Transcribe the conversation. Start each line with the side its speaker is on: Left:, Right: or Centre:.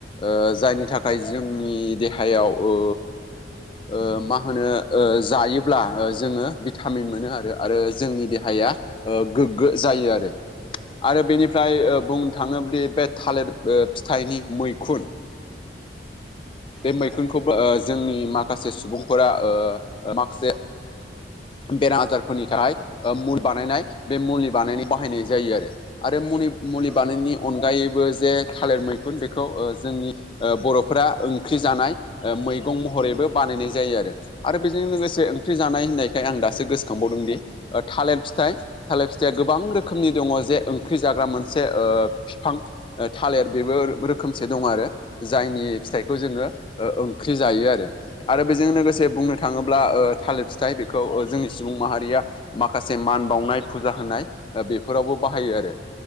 Left: ओ जायनि
Centre: औ
Left: थाखाय जोंनि देहायाव ओ ओ मा होनो ओ जायोब्ला जोङो भिटामिन मोनो आरो आरो जोंनि देहाया ओ गोग्गो जायो आरो आरो बेनिफ्राय
Centre: औ औ
Left: ओ बुंनो थाङोब्लादा ओ बे थालिर फिथाइनि मैखुन
Centre: औ
Left: बे मैखुनखौबो
Centre: औ
Left: ओ जोंनि मा खासे सुबुंफोरा ओ माखासे बेराम आजारफोरनि थाखाय मुलि बानायनाय बे मुलि बानायनाय बाहायनाय जायो आरो आरो मुनि मुलि
Centre: औ
Left: बानायनायनि अनगायैबो जे थालिर मैखुन बेखौ ओ जोंनि ओ बर'फोरा ओंख्रि जानाय ओ मैगं महरैबो बानायनाय जायो आरो बेजों लोगोसे ओंख्रि जानाय होननायखाय आं दासो गोसोखांबावदों दि ओ थालिर फिथाइ थालिर फिथाइया गोबां रोखोमनि दङ जे ओंख्रि जाग्रा मोनसे ओ फिफां ओ थालिर बेबो रोख‌-रोखोमसे दं आरो जायनि फिथाइखौ जोङो ओ ओंख्रि जायो आरो आरो बेजों लोगोसे बुंनो थाङोब्ला ओ
Centre: औ
Left: थालिर फिथाइ बेखौ ओ जोंनि सुबुं माहारिया माखासे मान बावनाय फुजा होनाय ओ बेफोरावबो बाहायो आरो